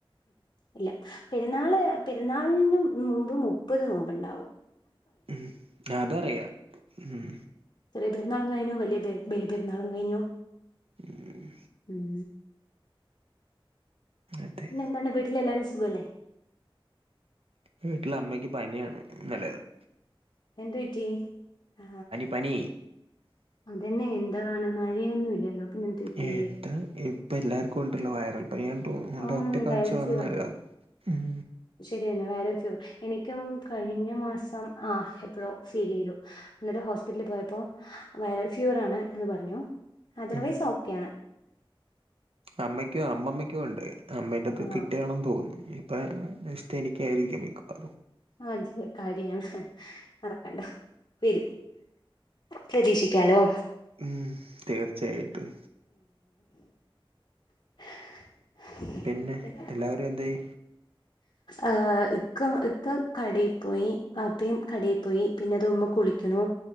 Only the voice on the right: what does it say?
ഉം അതറിയാം ഉം
ഉം.
അതെ
വീട്ട്ല് അമ്മയ്ക്ക് പനിയാണ് ഇന്നലെ തൊട്ട്
പനി
ഏന്താ ഇപ്പ എല്ലാർക്കും ണ്ടല്ലോ വൈറൽ പനിയാപ്പോ അമ്മനെ
ഡോക്ടറെ കാണിച്ചു
വന്നതാ
ഉം
ഉം
അമ്മയ്ക്കും അമ്മമ്മയ്ക്കും ഒണ്ട് അമ്മേന്റത്
കിട്ടിയാണെന്ന് തോന്നുന്നു ഇപ്പാ നെസ്റ്റ് എനിക്ക് ക്ക്യാരിയ്ക്കും മിക്കവാറും
ഉം, തീർച്ചയായിട്ടും
പിന്നെ എല്ലാവരും എന്തേയ്‌